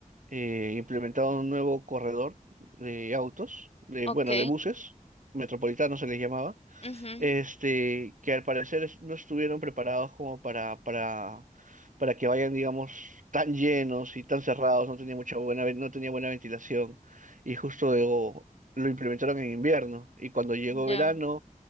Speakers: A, on the right; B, on the left.
A: eh, implementado un nuevo corredor de autos, de,
B: Ok,
A: bueno, de buses, metropolitanos se les llamaba
B: ujú,
A: este, que al parecer es- no estuvieron preparados como para, para, para que vayan, digamos, tan llenos y tan cerrados, no tenía mucha buena, ve- no tenía buena ventilación, y justo luego lo implementaron en invierno, y cuando llegó
B: Ya,
A: verano,